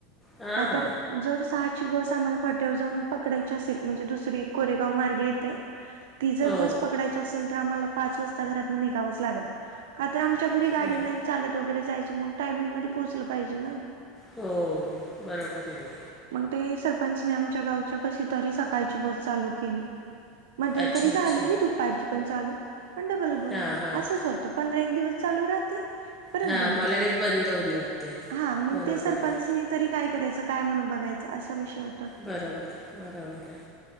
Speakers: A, in the centre; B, on the right.
A: हां
B: का तर जर सहाची बस आम्हाला फट्यावर जाऊन पकडायची असेल म्हणजे दुसरी कोरेगाव मार्गे येते. ती जर
A: हो
B: बस पकडा ची असेल तर आम्हाला पाच वाजता घरातन निघावंच लागायचं. का तर आमच्या घरी गाडी
A: बरं
B: नाही चालत वगैरे जायचं मग टायमिंगमध्ये पोहचलं पाहिजे ना.
A: हो बरोबर आहे ना.
B: मग ते सरपंचने आमच्या गावच्या कशी तरी सकाळची बस चालू केली. मध्यंतरी
A: अच्छा
B: झालेली
A: अच्छा
B: दुपारची पण चालू पण डबल बन
A: हां हां
B: असंच होतं. पंधरा एक दिवस चालू राहते परत
A: हां
B: बंद
A: मग
B: होते.
A: लगेच बंद होऊन जाते
B: हा मग
A: बरोबर
B: ते सरपंचनी
A: आहे
B: तरी काय करायचं काय म्हणू बघायचं असा विषय हो
A: बरोबर बरोबर आहे.